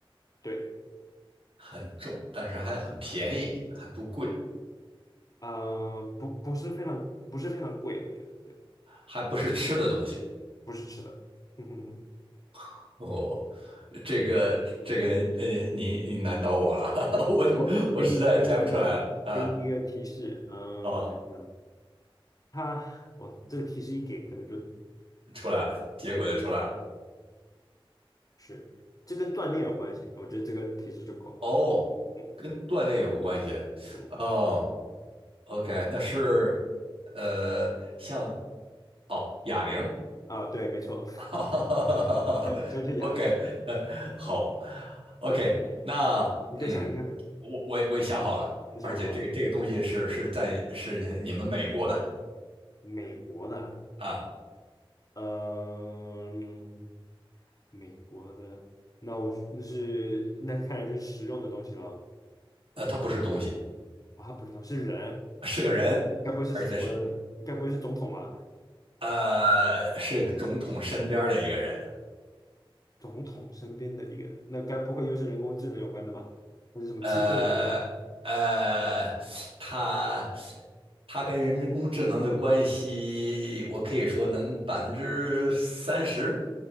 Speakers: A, on the left; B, on the right.
A: 对，
B: 很重，但是还很便宜，还不贵，
A: 呃，不不是非常不是非常贵，我觉得对，
B: 还不是吃的东西。
A: 不是吃的，<laughs> 嗯哼哼，
B: <laughs> 哦，这个这个，嗯，你你难倒我了，
A: 对，
B: <laughs> 我我实在猜不出来了啊，
A: 我我给你给你一个给你一个提示，嗯、
B: 哦，
A: 呃想想他，我这个提示一给，可能就，
B: 出来了，
A: 我想想嗯，
B: 结果就出来了。
A: 是，这跟锻炼有关系，我觉得这个提示就够了。
B: 哦，
A: 嗯
B: 跟锻炼有关系。
A: 嗯，
B: 哦，OK，那是呃，像哦哑铃。
A: 啊，对，没错，
B: <laughs>
A: <laughs> 就是哑铃。
B: OK，呃好，OK，那嗯，
A: 你再想一个，
B: 我我我也想好了，
A: 你想好了？
B: 而且这个这个东西是是在是你们美国的
A: 美国的，
B: 啊，
A: 嗯、美国的，那我那是那看来就是实用的东西了
B: 呃，它不是东西。
A: 啊，不是东西是人，
B: 是个人，
A: 该不会是什么？
B: 而且是
A: 该不会是总统吧？
B: 呃是总统身边的一个人，
A: 总统身边的一个人，那该不会又是人工智能有关的吧？还是什么汽车有关的？
B: 呃呃，他他跟人工智能的关系，我可以说能百分之三十